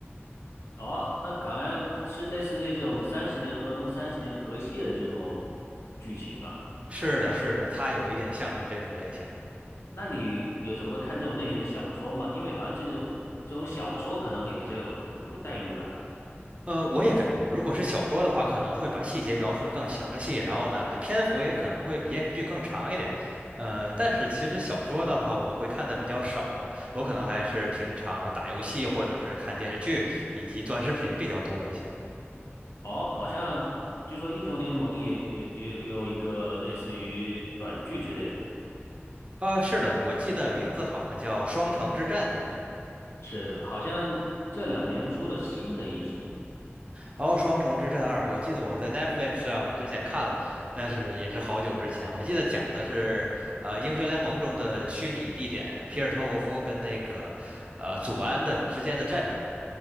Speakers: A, on the left; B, on the right.
A: 哦，那好像是类似于这种三十年河东三十年河西的这种剧情啊。
B: 是的，是的，他有一点像是这种类型的。
A: 那你有什么看这种类型的小说吗？因为好像这种这种小说可能会比较有有代入感。
B: 呃，我也感觉，如果是小说的话，可能会把细节描述的更详细，然后呢，就篇幅也可能会比电视剧更长一点。呃，但是其实小说的话，我会看的比较少，我可能还是平常打游戏或者是看电视剧以及短视频比较多一些。
A: 哦，好像据说英雄联盟也也也有一个类似于短剧之类的。
B: 呃，是的，我记得名字好像叫《双城之战》，对不对？
A: 是的，好像这两年出了新的一季，
B: 哦，《双城之战二》，我记得我在 Netflix 上之前看了，但是也是好久之前。我记得讲的是，呃，英雄联盟中的虚拟地点皮尔特沃夫跟那个，呃，祖安的之间的战争